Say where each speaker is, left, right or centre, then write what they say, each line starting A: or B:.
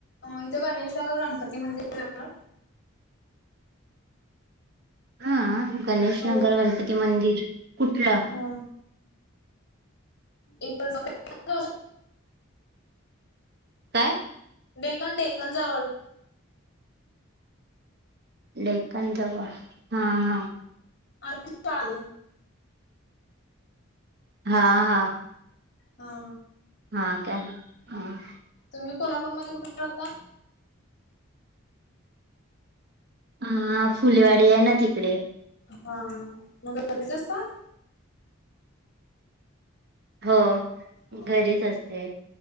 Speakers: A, on the left (about 55°); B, on the right (about 50°).
A: इथं. गणेशनगर गणपती मंदिरा जवळ.
B: हा. गणेश
A: हो
B: नगर. गणपती मंदिर. कुठलं?
A: हा एक <unintelligible>
B: काय.
A: डेकन डेकनजवळ.
B: लेखन जवळ. हा हा.
A: आ चालेल <unintelligible>
B: हा हा.
A: हा.
B: हा का? ह.
A: तुम्ही कोल्हापूरमध्ये कुठ राहता.
B: हा. फुलेवाडी आहे ना. तिकडे.
A: हा. मग घरीचं असताल.
B: हो.
A: हो.
B: घरीच असते